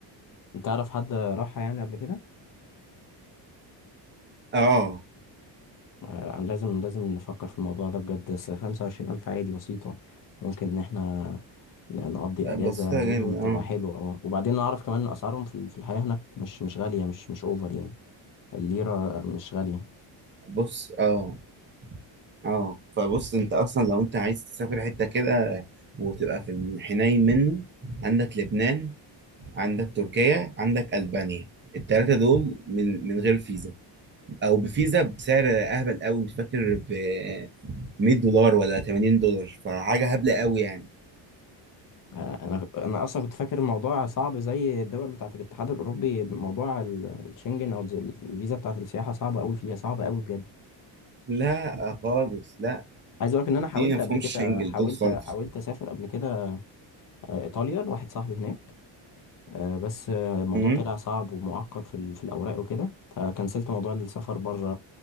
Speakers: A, on the left; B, on the right.
A: انت تعرف حد راحها يعني قبل كده
B: اه
A: آه، لازم لازم نفكر في الموضوع ده بجد أصل خمسة وعشرين ألف عادي بسيطة ممكن إن احنا نقضي أجازة
B: بسيطة
A: بيهم
B: جدا
A: تبقى
B: اه
A: حلوة اه وبعدين نعرف كمان إن أسعارهم في في الحياة هناك مش مش غالية مش مش أوفر يعني الليرة مش غالية
B: بص اه اه فبص انت اصلا لو انت عايز تسافر حته كده وتبقى في الحنين منه عندك لبنان عندك تركيا عندك البانيا التلاتة دول من من غير فيزا او بفيزا بسعر اهبل قوي مش فاكر ب 100 دولار ولا 80 دولار فحاجه هبله قوي يعني
A: آه، أنا أنا أصلا كنت فاكر الموضوع صعب زي الدول بتاعة الاتحاد الأوروبي موضوع ال- الشنجن أو الز- الفيزا بتاعة السياحة صعبة أوي فيها صعبة أوي بجد
B: لا خالص لا
A: عايز أقولك إن أنا
B: دي
A: حاولت
B: ما فيهمش
A: قبل كده
B: شنجل
A: حاولت
B: دول خالص
A: حاولت أسافر قبل كده آه، إيطاليا لواحد صاحبي هناك آه، بس آه، الموضوع
B: امم
A: طلع صعب ومعقد في ال- في الاوراق وكده فكنسلت موضوع السفر بره